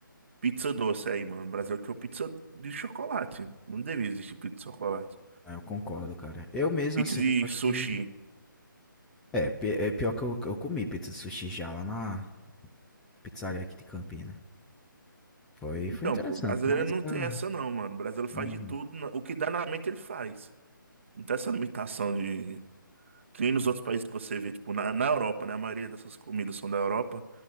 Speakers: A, on the right; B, in the centre.
A: Pizza doce aí, mano. Brasileiro que é pizza de chocolate. Não devia existir pizza de chocolate.
B: É, eu concordo, cara. Eu mesmo,
A: Pizza
B: assim,
A: de
B: eu gosto
A: sushi.
B: de... É, pi- é pior que eu, eu comi pizza de sushi já lá na pizzaria aqui de Campina. Foi, foi
A: Então,
B: interessante,
A: pô, o brasileiro
B: mas
A: não tem
B: ah,
A: essa não, mano. O brasileiro
B: não...
A: faz de tudo, na- o que dá na mente ele faz. Não tem essa limitação de... Que nem nos outros países que você vê, tipo, na, na Europa, né? A maioria dessas comidas são da Europa,